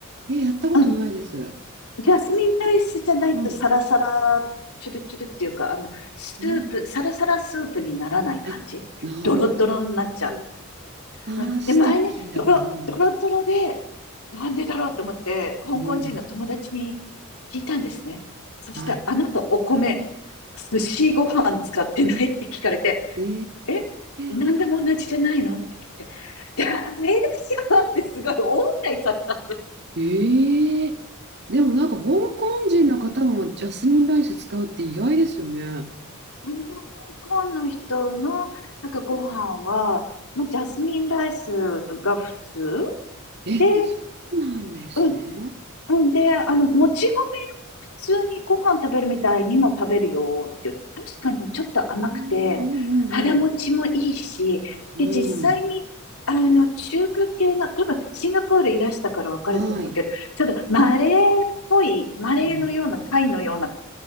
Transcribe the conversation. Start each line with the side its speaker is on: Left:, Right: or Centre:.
Right: えー、やったことないです。
Left: うん。ジャスミンライスじゃないとサラサラ、
Right: うん
Left: チュルチュルっていうか、あの、スープ、
Right: うん。
Left: サラサラスープにならない感じ。
Right: あ、なるほど。
Left: ドロドロになっちゃ
Right: ああ、
Left: う。うんで、
Right: スティッキーだから。
Left: 前ね、ドロ、
Right: うん。
Left: ドロドロで、なんでだろうと思って、香港人の友達に
Right: うん。
Left: 聞いたんですね。そして、
Right: はい。
Left: あなたお米、寿司ご飯使ってないって聞かれて、
Right: え
Left: え、なんでも同じじゃないのって聞いて、
Right: え
Left: ダメだよってすごい大笑いされたんですよ。
Right: ええでもなんか香港人の方もジャスミンライス使うって意外ですよね。
Left: ああそううん香港の人のなんかご飯は、まあ、ジャスミンライスが普通
Right: え、
Left: で、
Right: そうなんですね。
Left: うん、うんで、あの、もち米を普通にご飯食べるみたいにも食べるよって言って、確かにちょっと甘くて、
Right: ああ、うんうん
Left: 腹持ちもいいし、
Right: うん。
Left: で、実際に、
Right: うん。
Left: あの、中華系の、多分シンガポールいらしたからわかると思うけど、
Right: はい。
Left: ちょっとマレーっぽい、マレーのような、
Right: うん。
Left: タイのような、